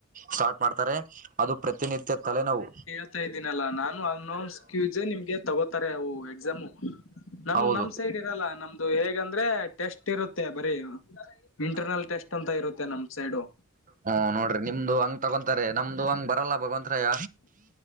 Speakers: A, on the right; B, on the left.
A: ಸ್ಟಾರ್ಟ್ ಮಾಡ್ತಾರೆ ಅದು ಪ್ರತಿನಿತ್ಯ ತಲೆ ನಾವು
B: ಆತಾ ಇದೀನಲ್ಲಾ ನಾನು ಅನ್ನೋಸ್ಕ್ಯೂಸ ನಿಮ್ಗೆ ತಗೋತಾರೆ ಅವು ಎಕ್ಸಾಮು ನಮ
A: ಹೌದು
B: ನಮ್ ಸೈಡ್ ಇರಲ್ಲ ನಮ್ದು ಹೇಗಂದ್ರೆ ಟೆಸ್ಟ್ ಇರುತ್ತೆ ಬರೀ ಇಂಟರ್ನಲ್
A: ಹೌದು
B: ಟೆಸ್ಟ್ ಅಂತ ಇರುತ್ತೆ ನಮ್ ಸೈಡು
A: ಹ್ಮ ನೋಡ್ರಿ ನಿಮ್ದು ಹಂಗ ತಗೊಂತಾರೆ ನಮ್ದು ಹಂಗ್ ಬರಲ್ಲ ಭಗವಂತ ರಾಯ